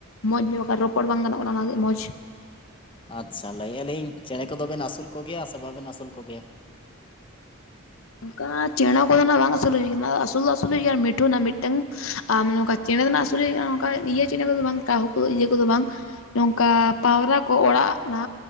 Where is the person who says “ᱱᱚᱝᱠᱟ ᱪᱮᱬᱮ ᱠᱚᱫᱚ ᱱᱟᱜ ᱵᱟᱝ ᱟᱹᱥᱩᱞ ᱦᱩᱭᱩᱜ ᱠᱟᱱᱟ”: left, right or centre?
Left